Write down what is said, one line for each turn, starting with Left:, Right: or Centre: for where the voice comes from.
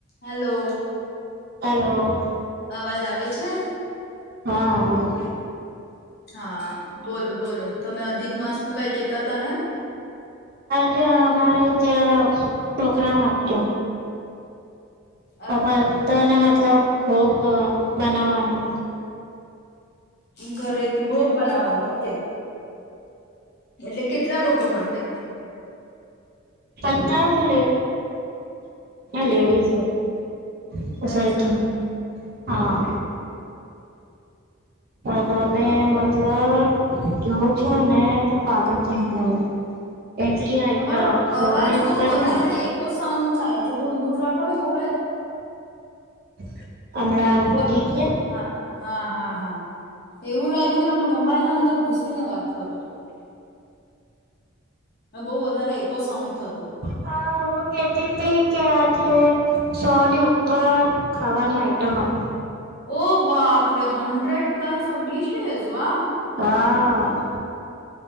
Left: Hello
Right: hello,
Left: અવાજ આવે છે?
Right: હા આવે
Left: હા, બોલો બોલો તોમે અધિક માસ તું કઈ કેતા તને
Right: ત્યા, અમારે ત્યાં પ્રોગ્રામ હતો
Left: અચ્છા
Right: અ તને મતલબ ઓ બનાવાની
Left: ઘરેથી ભોગ બનાવવાનું ઓકે, એટલે કેટલા લોકો માટે?
Right: પચાસતી લેડીઝતી સોસાયટી
Left: અચ્છા
Right: હા, તમે મતલબ જો છો ને તો પાાગળ થઈ જાય, ઇટલી આઈટમ
Left: તમારો
Right: સો
Left: અવાજ
Right: ની
Left: બહ
Right: ઉપરની
Left: વધારે
Right: આઈટમ
Left: એકકો સાઉન્ડ થાય છે, થોડું દૂર રાખો ને મોબાઈલ
Right: <unintelligible>
Left: બોલો,
Right: ઠીક છે
Left: હા હા હા હા એવું લાગ્યું કે તમે મોબાઈલ ના અંદર ને વાત કરો છો હ બહુ વધારે એકો સાઉન્ડ થતું હતું
Right: હાકેતી આજે સોની ઉપર ખાવાની આઈટમ આપ
Left: ઓ બાપરે હન્ડ્રેડ પ્લસ ડીશેસ વાવ
Right: હા,